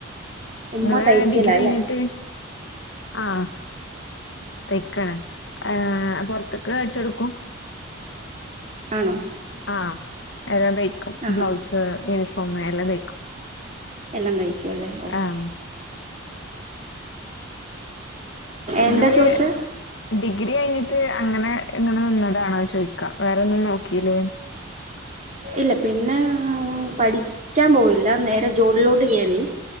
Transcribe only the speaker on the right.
ഉമ്മ
തയ്ക്കല
അല്ലേ
ആണോ
ആഹാ
എല്ലാം തയിക്കു അല്ലേ ഓക്കെ
എന്താ
ചോദിച്ചേ
ഇല്ല പിന്നെ മ് പഠിക്കാൻ പോയില്ല നേരെ ജോലിലോട്ട് കേയറി